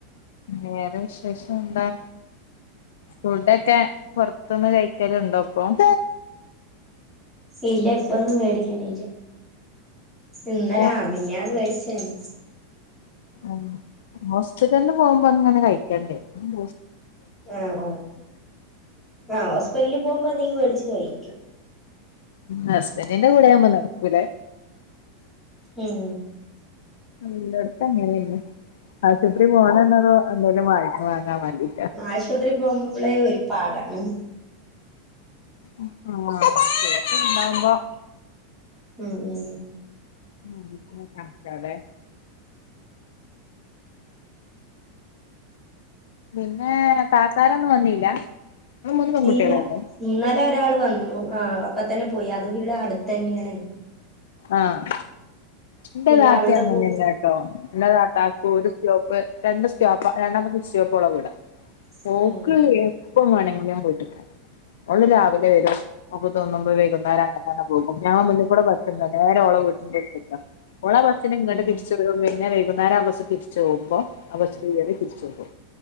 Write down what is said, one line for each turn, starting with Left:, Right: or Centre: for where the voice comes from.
Left: വേറെ വിശേഷം ന്താ ഫുഡൊക്കെ പൊർത്ത്ന്ന് കൈക്കല്ണ്ടോ പ്പം
Centre: ഇല്ല ഇപ്പൊന്നും മേടിക്കണില്ല ഇന്നലെ
Left: അപ്പൊ
Centre: ആഹ് മിഞാന്ന് മേടിച്ചേനേ
Left: ഉം ഹോസ്പിറ്റൽന്ന് പോവുമ്പോ അങ്ങനെ കഴിക്കണ്ടേ ഇനി
Centre: ആഹ് ആഹ് ആഹ് ഹോസ്പിറ്റലി പോവുമ്പോ എന്തെങ്കി മേടിച്ചു കഴിയ്ക്കും
Left: ഹസ്ബൻറിന്റെ കൂടെ ആവുമ്പോ നടക്കൂലെ
Centre: ഉം
Left: എല്ലോട്തു അങ്ങനെന്നെ ആശുത്രി പോണന്നത് ന്തേലും വങ്ങി വാങ്ങാ മാണ്ടി
Centre: ആശുത്രി പോവുമ്പളേ ഒരു പാടാണ്
Left: ആഹ് <inaudible>
Centre: ഉം ഉം
Left: ഉം ക്കും <unintelligible> പിന്നെ താത്താരൊന്നും വന്നീല്ല ഇങ്ങള് മൂന്ന് പെൺകുട്ടികളല്ലേ
Centre: ഇല്ല ഇന്നലൊരാള് വന്നു ആഹ് അപ്പ തന്നെ പോയി അത് വില്ലേ അടുത്തെന്ന്യാണേ
Left: ആഹ് ന്റെ
Centre: പിന്നെ
Left: താത്തി
Centre: അവളുടെ
Left: അങ്ങനെന്നെട്ടോ
Centre: കൂ
Left: എന്റെ താത്താക്കു ഒരു സ്റ്റോപ്പ് രണ്ട് സ്റ്റോപ്പ രണ്ടാമത്തെ സ്റ്റോപ്പോളെ വീടാ
Centre: ഉം
Left: ഓക്ക് എപ്പ വേണെങ്കിലും വീട്ട്ക്കെരാ ഓള് രാവിലെ വരും ഓക്ക് തോന്നുമ്പോ വൈകുന്നേരം അങ്ങട്ടെന്നെ പോകും ഞങ്ങളെ മുന്ന്കൂടെ ബസ് വർണേ നേരോളെ വീടിന്റെട്ത്ത്ക്കാ ഓള ബസിന് ഇങ്ങട്ട്
Centre: ഉം
Left: തിര്ച വരും പിന്നെ വൈകുന്നേര ആഹ് ബസ് തിര്ച്ചോവുമ്പൊ ആഹ് ബസ്സിൽ കേറി തിര്ച്ചോകും